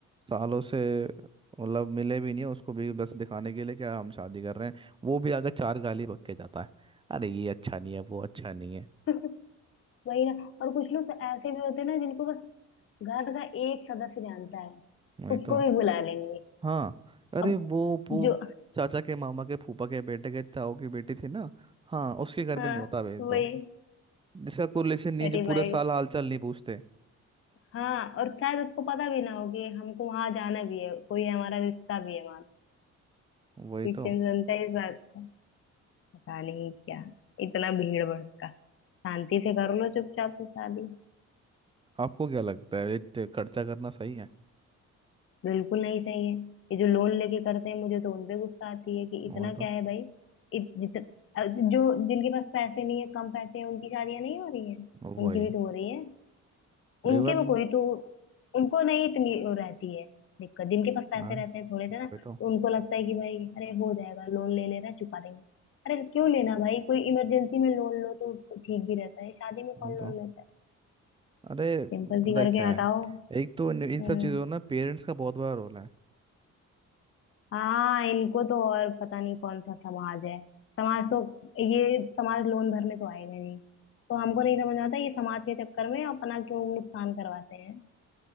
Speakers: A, on the right (about 15°); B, on the left (about 45°).
A: सालों से मतलब मिले भी नहीं है, उसको भी बस दिखाने के लिए क्या हम शादी कर रहे हैं वो भी अगर चार गाली बक के जाता है अरे ये अच्छा नहीं है वो अच्छा नहीं है
B: <laughs> वही ना और कुछ लोग तो ऐसे भी होते हैं ना जिनको बस घर का एक सदस्य जानता है
A: वही
B: उसको
A: तो
B: भी बुला लेंगे
A: हाँ अरे
B: अब
A: वो वो
B: जो
A: चाचा के मामा के फूफा के बेटे के ताऊ की बेटी थी ना हाँ उसके घर
B: हाँ
A: में नहीं होता भेज
B: वही
A: दो जिसका कोरिलेशन नहीं
B: अरे
A: है, जो पूरे
B: भाई
A: साल हालचाल नहीं पूछते
B: हाँ और शायद उसको पता भी ना हो कि हमको वहां जाना भी है कोई हमारा रिश्ता भी है वहां
A: वही
B: क्रिश्चियन
A: तो
B: बनता है इस बात का पता नहीं क्या इतना भीड़ भड़का शांति से कर लो चुपचाप से शादी
A: आपको क्या लगता है ये खर्चा करना सही है
B: बिल्कुल नहीं सही है ये जो लोन लेके करते हैं मुझे तो उनपे गुस्सा आती है कि
A: वही
B: इतना
A: तो
B: क्या है भाई इत, जित, अ, जो जिनके पास पैसे नहीं है कम पैसे हैं उनकी शादियां नहीं हो रही हैं
A: वही
B: उनकी भी तो हो रही है उनके
A: इवन
B: में कोई तो उनको नहीं इतनी वो रहती है दिक्कत जिनके पास पैसे
A: अरे
B: रहते हैं थोड़े से ना
A: वही
B: तो
A: तो
B: उनको लगता है कि भाई अरे हो जाएगा लोन ले लेना चुका देंगे अरे क्यों लेना भाई कोई इमरजेंसी में लोन लो तो ठीक भी रहता है शादी में
A: वही
B: कौन
A: तो
B: लोन लेता है
A: अरे
B: सिंपल
A: पता
B: सी करके
A: है क्या
B: हटाओ
A: है एक तो
B: हम्म
A: इन इन सब चीज़ों में ना पेरेंट्स का बहुत बड़ा रोल है
B: हाँ इनको तो और पता नहीं कौन सा समाज है समाज तो ये समाज लोन भरने तो आएगा ही नहीं तो हमको नहीं समझ आता ये समाज के चक्कर में अपना क्यों नुकसान करवाते हैं